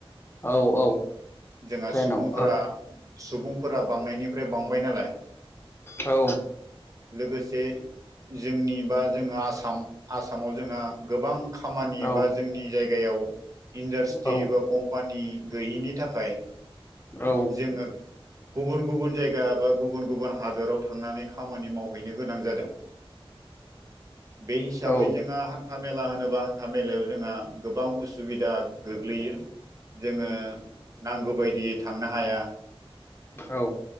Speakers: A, on the left; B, on the right.
A: औ औ
B: जोंहा
A: ट्रेनाव
B: सुबुंफोरा
A: औ
B: सुबुंफोरा बांनायनिफ्राय बांबाय नालाय
A: औ।
B: लोगोसे जोंनि बा जोङो आसाम। आसामाव जोंहा गोबां खामानि
A: औ
B: बा जोंनि जायगायाव। इन्डास्ट्रि
A: औ
B: एबा कम्पानि। गैयिनि थाखाय
A: औ
B: जोङो गुबुन गुबुन जायगा बा गुबुन गुबुन हादोराव थांनानै खामानि मावहैनो गोनां जादों। बे हिसाबै
A: औ
B: जोङो हान्था मेला होनोबा हान्था मेलायाव जोंहा गोबां उसुबिदा गोग्लैयो जोङो नांगौ बायदियै थांनो। हाया
A: औ।